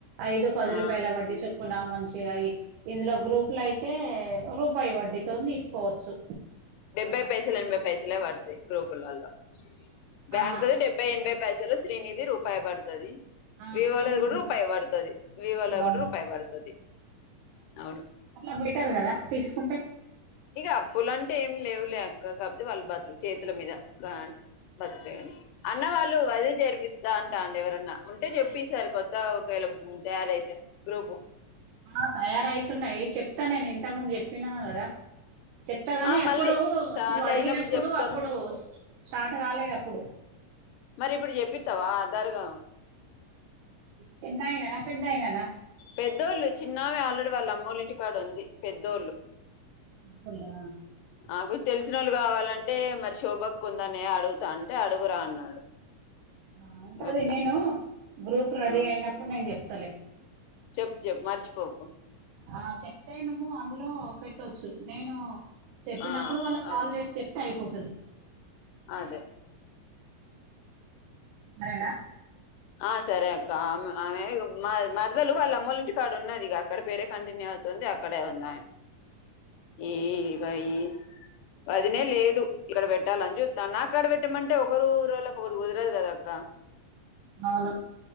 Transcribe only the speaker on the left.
ఆ
డెబ్బై పైసలు ఎనభై పైసలే పడతయి గ్రూపులల్లో బ్యాంకు
ది డెబ్బై ఎనభై పైసలు శ్రీనిధి రూపాయి పడతది
వివాళది
కూడా రూపాయి వడుతది వివాళది
కూడా రూపాయి బడుతది అవును
ఇగ అప్పులంటే ఏం లేవు లే అక్క కాపోతే వాళ్ళు బతు చేతుల మీద గాన్ బతుకుతే గాని అన్న వాళ్ళు వదిలి జరిపిస్త అంటా అండు ఎవరన్నా ఉంటే చెప్పు ఈసారి కొత్త ఆవకాయలు ఉంటారైతే గ్రూపు
ఆ
మళ్ళీ స్టార్ట్
అయినప్పుడు చెప్తారు
మరి ఇప్పుడు జెప్పితవ ఆధారుగ
పెద్దోళ్ళు చిన్నామె ఆల్రెడీ వాళ్ళ అమ్మూళ్లింటి కాడ ఉంది పెద్దోళ్ళు
నాకు తెలిసినోళ్ళు కావాలంటే మరి శోభక్కుందన్నయ్య అడుగుతా అంటే అడుగురా అన్నాడు
గట్లా
ఆ
చెప్పు చెప్పు మర్చిపోకు
ఆ
అదే
అదే
ఆ సరే అక్క ఆమె ఆమె మర్ మరదలు వాళ్ళ అమ్మోలింటి కాడ ఉన్నది ఇగ అక్కడ పేరే కంటిన్యూ అవు తుంది అక్కడే ఉందామె ఈగ ఈ వదిన లేదు ఇక్కడ పెట్టాలని చూత్తాన్నా నాకాడ పెట్టమంటే ఒకరు ఊరోళ్ళకు ఒకరు కుదరదు కదా అక్కా